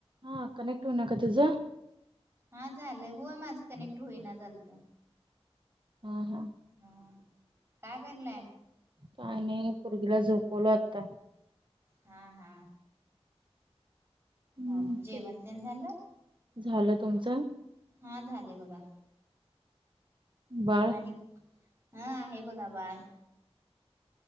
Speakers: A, on the right; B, on the right.
A: हा कनेक्ट होइना का तुझ?
B: हा झालंय. होय माझं कनेक्ट होईना झालत.
A: हा हा.
B: हा, काय करलाय?
A: काय नाही पुरगीला झोपवलो आता.
B: हा हा.
A: हम्म,
B: हा जेवणतेन झालं?
A: झालं तुमचं
B: हा झाले बघा.
A: बाळ
B: आणि हा आहे बघा बाळ.